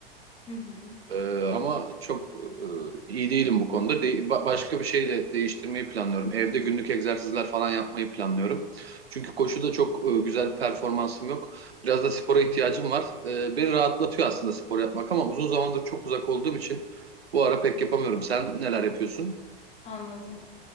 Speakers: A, on the left; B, on the right.
A: Hı hı,
B: Ee, ama çok e, iyi değilim bu konuda. De- ba- başka bir şeyle değiştirmeyi planlıyorum. Evde günlük egzersizler falan yapmayı planlıyorum. Çünkü koşuda çok e, güzel bir performansım yok. Biraz da spora ihtiyacım var. Ee, beni rahatlatıyor aslında spor yapmak ama uzun zamandır çok uzak olduğum için bu ara pek yapamıyorum. Sen neler yapıyorsun?
A: anladım.